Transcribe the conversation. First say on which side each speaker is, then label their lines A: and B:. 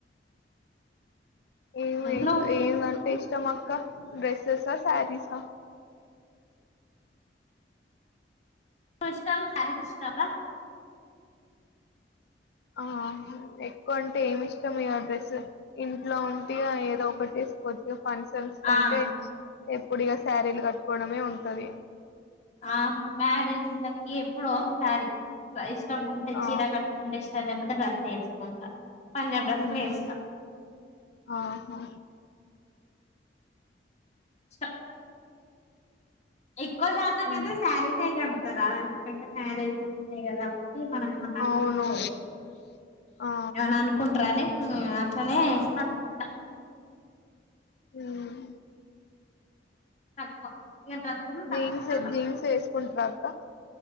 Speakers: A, on the left; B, on the left.
A: ఏమి
B: నువ్వు
A: ఏ ఏం టే ఇష్టం అక్క డ్రెసెస్ ఆ సారిస్ ఆ
B: కొస్తాం సాల ఇష్టవా
A: ఆ కొంటే ఏమి ఇష్టం ఈ అ డ్రెస్స్ ఇంట్లో ఉంటిగా ఏదో ఒకటి చేసుకోచ్చు కన్సల్స్ కంటే
B: ఆ
A: పొడిగా శారీలు కట్టుకోవడమే ఉంటది
B: ఆ మ్యారేజీలకి ఎప్పుడ ఒకసారి ఇ ఇష్టముంటే
A: ఆ
B: చీర కట్టుకోవడం ఇష్టం లేదా డ్రెస్ వేసుకుంటా పంజాబ్ డ్రెస్లు
A: మ్
B: వేస్తా
A: హు అహో
B: స ఎక్కువ శాతం
A: ఉమ్
B: అయితే శారీ సగ సరిసే కడతా ఎందుకంటే మ్యారేజ్ కదా మల్ల ఏమ
A: అవును ఆ
B: ఏమనా అనుకుంటార అని అట్లనే కట్టుకుంటా
A: హమ్
B: తక్కువ ఇక డ్రస్సులు
A: జీన్స్
B: తక్కువ అలా
A: జీన్స్ వేసుకుంటార అక్క